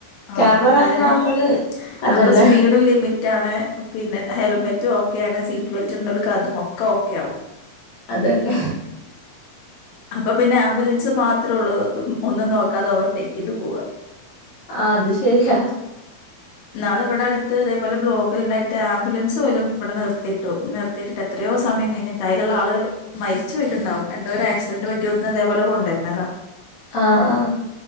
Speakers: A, on the left; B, on the left.
A: ആഹ്
B: ക്യാമറ
A: അതന്നെ
B: വന്നാ അമ്മള് അതന്നെ
A: അപ്പൊ സ്പീഡും ലിമിറ്റാണ് പിന്നെ ഹെൽമെറ്റു ഓക്കെയാണ് സീറ്റ് ബെൽറ്റ് ഉണ്ടോൽക്കതും ഒക്കെയാവും <inaudible>
B: അതന്നെ
A: അപ്പൊ പിന്നെ ആംബുലൻസ് മാത്രേ ഉള്ളൂ ഒന്നും നോക്കാതെ അവർത്തേക്ക് ഇ് പോവാൻ
B: ആഹ് അത് ശെരിയാ
A: നാള ഇവിടെ അടുത്ത് ഇതേപോലെ ബ്ലോക്കിൽ ഉണ്ടായിട്ട് ആംബുലൻസ് പോലും ഇവിടെ നിർത്തിയിട്ടു നിർ എത്തിട്ടിട്ട് എത്രയോ സമയം കഴിഞ്ഞ അതിലുള്ള ആള് മരിച്ച പോയിട്ടുണ്ടാവും എന്ത ഒരു ആക്സിഡന്റ് പറ്റിവിടുുന്ന ഇതേപോലെ കൊണ്ടുവരുന്നതാ
B: ആഹ